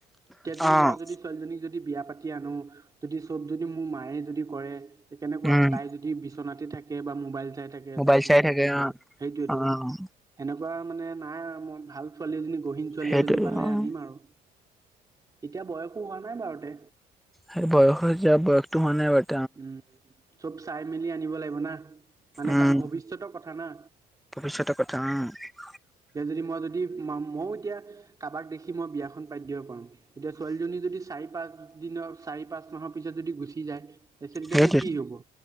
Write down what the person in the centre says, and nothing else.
অ',
উম,
মোবাইল
চাই
থাকে
অ',
অ',
সেইটোৱে
অ',
সেই বয়সৰ হয় যেতিয়া বয়সটো হোৱা নাই বাট
উম,
ভৱিষ্যতৰ কথা অহ।
সেইটোৱে